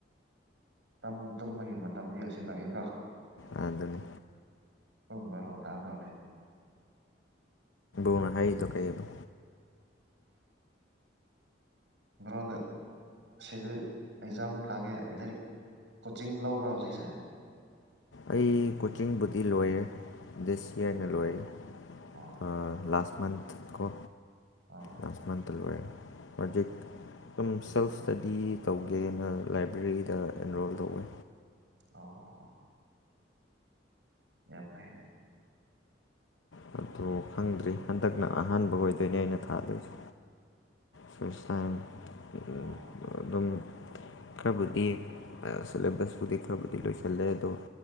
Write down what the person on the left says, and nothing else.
ꯑꯗꯨꯅꯤ
ꯕꯔꯣꯅ ꯍꯥꯏꯔꯤꯗꯣ ꯀꯩ ꯑꯕ
ꯑꯩ ꯀꯣꯆꯤꯡꯕꯨꯗꯤ ꯂꯣꯏꯔꯦ ꯗꯤꯁ ꯄꯤꯔꯒ ꯂꯣꯏꯔꯦ
ꯑꯥ ꯂꯥꯁ ꯃꯟꯊ ꯀꯣ
ꯂꯥꯁ ꯃꯟꯇ ꯂꯣꯏꯔꯦ ꯍꯧꯖꯤꯛ ꯁꯨꯝ ꯁꯦꯜꯐ ꯏꯁꯇꯗꯤ ꯇꯧꯒꯦꯅ ꯂꯥꯏꯕ꯭ꯔꯦꯔꯤꯗ ꯑꯦꯟꯔꯣꯜ ꯇꯧꯋꯦ
ꯕꯔꯣ ꯈꯪꯗ꯭ꯔꯤ ꯍꯟꯗꯛꯅ ꯑꯍꯥꯟꯕ ꯑꯣꯏꯗꯣꯏꯅꯦ ꯑꯩꯅ ꯊꯥꯗꯣꯏꯖꯦ ꯁꯨꯏꯁ ꯇꯥꯏꯝ ꯑꯥ
ꯑꯗꯨꯝ ꯈꯔꯕꯨꯗꯤ ꯑꯥ ꯁꯤꯂꯦꯕꯁꯄꯨꯗꯤ ꯈꯔꯕꯨꯗꯤ ꯂꯣꯌꯁꯤꯜꯂꯦ ꯑꯗꯣ